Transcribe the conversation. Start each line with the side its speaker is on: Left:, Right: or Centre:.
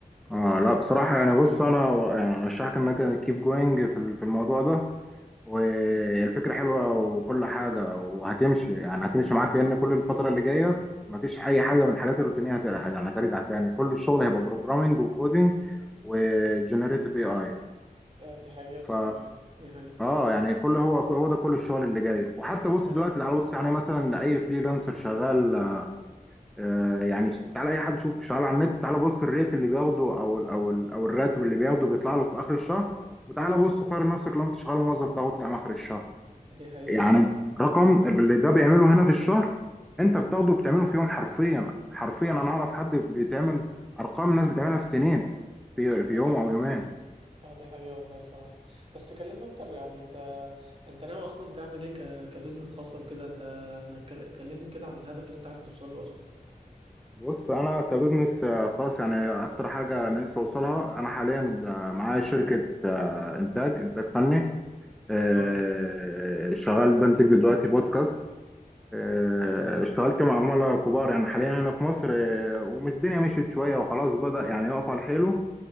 Centre: اه لا بصراحة يعني بص انا يعني ارشحك انك كيب جوينج في ال- في الموضوع ده والفكرة حلوة وكل حاجة وهتمشي يعني هتمشي معاك لان كل الفترة اللي جاية مفيش اي حاجة من الحاجات الروتينية هت- يعني هترجع تاني كل الشغل هيبقى بروجرامينج وكودينج وجنريتيف اي اي
Right: آه، دي حقيقة الصراحة
Centre: ف
Right: دي حقيقة
Centre: اه يعني كل هو هو ده كل الشغل اللي جاي وحتى بص
Right: ما
Centre: دلوقتي تعال بص يعني مثلا اي فريلانسر شغال آه، يعني ش- تعالى اي حد شوف شغال على النت تعالى بص الريت اللي بياخده او ال او ال او الراتب اللي بياخده بيطلع له في اخر الشهر وتعالى بص قارن نفسك لو انت شغال موظف تاخد كام اخر الشهر
Right: دي حقيقة
Centre: يعني
Right: الصراحة
Centre: رقم
Right: دي حقيقة
Centre: اللي ده بيعمله هنا في الشهر انت بتاخده بتعمله في يوم حرفيا حرفيا انا اعرف حد بيتعمل ارقام ناس بتعملها في سنين في في
Right: آه،
Centre: يوم
Right: دي حقيقة
Centre: او يومين
Right: اه دي حقيقة والله الصراحة بس كلمنا أكتر يعني أنت أنت ناوي أصلا تعمل إيه ك... كبزنس خاص أو كده أنت ما تكل- كلمني كده عن الهدف اللي أنت عايز توصل له أصلا
Centre: بص انا كبزنس آه، خاص يعني اكتر حاجه نفسي اوصلها انا حاليا آه، معايا شركه آه، انتاج انتاج فني آه،
Right: اه
Centre: شغال بنتج دلوقتي بودكاست آه،
Right: حلو ده
Centre: اشتغلت مع عملاء كبار يعني حاليا هنا في مصر آه، ومش الدنيا مشيت شوية وخلاص بدأ يعني يقف على حيله